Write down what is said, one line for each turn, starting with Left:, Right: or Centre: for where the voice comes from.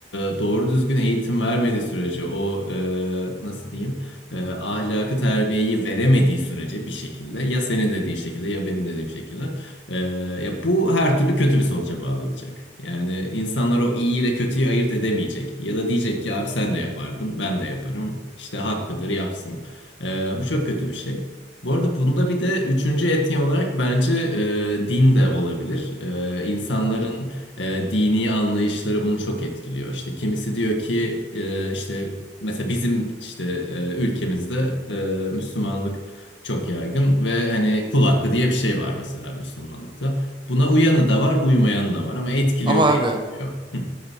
Left: e, doğru düzgün eğitim vermediği sürece o e, nasıl diyeyim e, ahlakı terbiyeyi veremediği sürece bir şekilde ya senin dediğin şekilde ya benim dediğim şekilde e, ya bu her türlü kötü bir sonuca bağlanacak. Yani insanlar o iyi ile kötüyü ayırt edemeyecek ya da diyecek ki abi sen de yapardın ben de yaparım işte hakkıdır yapsın. E, bu çok kötü bir şey. Bu arada bunda bir de üçüncü etni olarak bence e, din de olabilir. E, insanların
Right: Hmm.
Left: e, dini anlayışları bunu çok etkiliyor. İşte kimisi diyor ki e, işte mesela bizim işte e, ülkemizde e, Müslümanlık çok yaygın ve hani kul hakkı diye bir şey var mesela Müslümanlıkta. Buna uyanı da var, uymayanı da var ama etkiliyor
Right: Ama
Left: mu?
Right: abi
Left: Etkiliyor. Hı